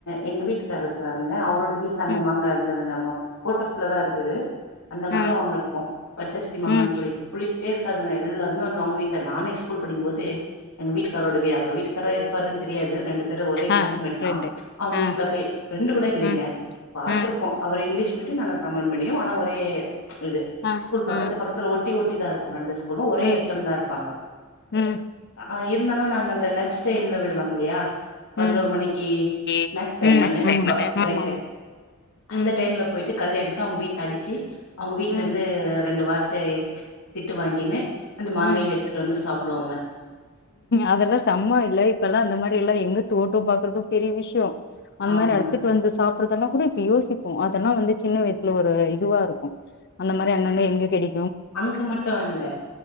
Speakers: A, on the left; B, on the left.
A: எங்க வீட்டுக்கார இருக்கிறாருங்க அவரோட வீட் ல்ல அந்த
B: ம்
A: மாங்கா இருந்ததுங்க மொ கோட்ர்ஸ்லதா இருந்தது அந்த மரோ
B: ஆ
A: இருக்கு பச்சரிசி மாங்கன்னு
B: ம்
A: சொல்லிட்டு புளிப்பே இருக்காதுங்க எல்லாருமே வந்து அவங்க வீட் இல்ல நானே ஸ்கூல் படிக்கும்போது எங்க வீட்டுக்காரோட வீ அப்ப வீட்டுக்காரா இரு பாருன்னு தெரியாது ரெண்டு பேரு ஒரே கிளாஸ்மேட்
B: ஆ
A: தா
B: ரெண்டு
A: அவங்க
B: ஆ
A: வீட்டுல போய் ஃப்ரெண்டு கூட இல்லீங்க
B: ம்
A: பாத்துருக்கோ
B: ஆ
A: அவர் இங்கிலீஷ் மீட்டு நாங்க தமிழ் மீடியோ ஆனா ஒரே இது
B: ஆ
A: ஸ்கூல் பக்கத்து
B: ஆ
A: பக்கத்தில ஒட்டி ஒட்டி தா இருக்கு ரெண்டு ஸ் கூலு ஒரே
B: ம்
A: எச்சம் தா இருப்பாங்க
B: ம்
A: அ இருந்தாலு நாங்க அந்த லன்ச் டை ம்ல விடுவாங்க இல்லயா பதினோரு
B: ம்
A: மணிக்கு
B: ம்
A: ஸ்னேக்ஸ் டைமுன்னு
B: ம்
A: ப ப்ரேக்
B: ஆமாங்க
A: டைம் அந்த
B: ம்
A: டைம்ல போயிட்டு கல் எடுத்து அவங்க வீட்டில அடிச்சி அவங்க வீட்லிருந்து
B: ம்
A: ரெண்டு வார்த்தை திட்டு வாங்கின்னு அந்த மாங்காயை
B: ம்
A: எடுத்துட்டு வந்து சாப்பிடுவுங்க
B: அதெல்லா செம்ம இல்ல இப்ப எல்லா அந்த மாரி எல்லா எங்க தோட்டோ பாக்கறது பெரிய விஷயோ அந்த
A: ஆமாங்க
B: மாரி அடுத்துட்டு வந்து சாப் அப்புறோ பண்ணாக்கூட இப்ப யோசிப்போ அதெல்லா வந்து சின்ன வயசுல ஒரு இதுவா இருக்கு அந்த மாரி அன்னன்ன எங்க கிடை
A: அங்க மட்டு இல்ல